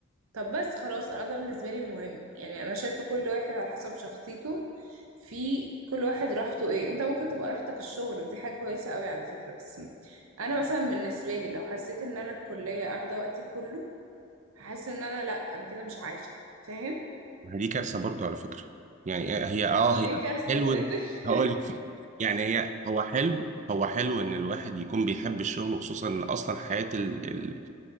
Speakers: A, on the right (about 70°); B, on the right (about 35°).
A: طب بس خلاص انا ده بالنسبه لي المهم يعني انا شايفه كل واحد على حسب شخصيته في كل واحد راحته ايه انت ممكن تبقى راحتك الشغل ودي حاجه كويسه قوي على فكره بس انا مثلا بالنسبه لي لو حسيت ان انا الكليه اخده وقتي كله هحس ان انا لا انا كده مش عايشه فاهم
B: ما هي دي كارثه برضو على فكره يعني هي
A: <laughs>
B: اه هي
A: ليه كارثه
B: حلو
A: يا ساتر <laughs>
B: هقول لك. يعني هي هو حلو هو حلو ان الواحد يكون بيحب الشغل وخصوصا ان اصلا حياه ال... ال...